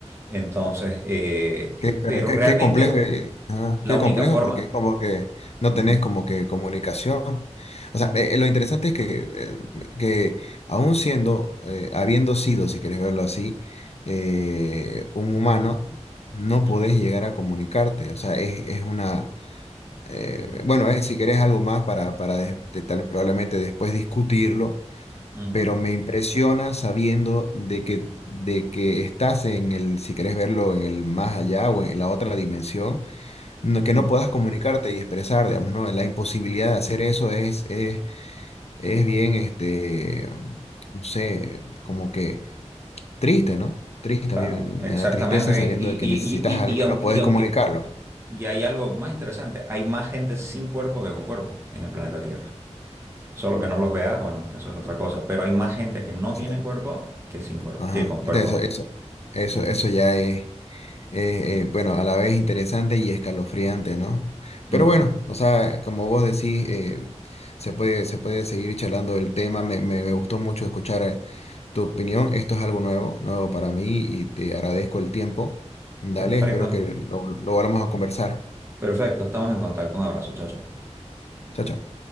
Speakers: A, on the right; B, on the left.
A: Entonces, eh,
B: Qué- pero
A: pero
B: qué,
A: realmente
B: qué complejo, eh, ajá,
A: la
B: qué
A: única
B: complejo
A: forma...
B: porque es como que no
A: Ujú,
B: tenés como que comunicación. O sea, eh, lo interesante es que, eh, que aún siendo, eh, habiendo sido, si querés verlo así, eh, un humano, no
A: ujú,
B: podés llegar a comunicarte. O sea, es, es una, eh,
A: ujú,
B: bueno, es si querés algo más para, para des- de- tal vez probablemente después discutirlo
A: ujú,
B: pero me impresiona sabiendo de que, de que estás en el, si querés verlo, en el más allá o en la otra dimensión, no-
A: ujú.
B: que no puedas comunicarte y expresar, digamos, ¿no? La imposibilidad de hacer eso es, es, es bien, este, no sé, como que triste, ¿no? Triste,
A: Claro,
B: a mí me, me
A: exactamente.
B: da tristeza sabiendo
A: Y, y,
B: de que
A: y,
B: necesitas
A: y,
B: algo
A: y aunque,
B: y no puedes
A: y aunque-
B: comunicarlo.
A: y hay algo más interesante, hay más gente sin cuerpo que con cuerpo en el planeta Tierra. Solo que no los veas, bueno, eso es otra cosa. Pero hay más gente que no
B: Ese-
A: tiene cuerpo que sin cuerpo,
B: Ajá,
A: que con cuerpo.
B: entonces eso, eso, eso,
A: Ujú.
B: eso ya es. eh, eh, bueno, a la vez interesante y escalofriante, ¿no? Pero
A: Ujú.
B: bueno, o sea, como vos decís, eh, se puede, se puede seguir charlando del tema. Me, me- me gustó mucho escuchar eh, tu opinión. Esto es algo nuevo, nuevo para mí y te agradezco el tiempo. Dale,
A: Perfecto,
B: espero que lo, lo volvamos a conversar.
A: perfecto. Estamos en contacto. Un abrazo, chao, chao.
B: Chao, chao.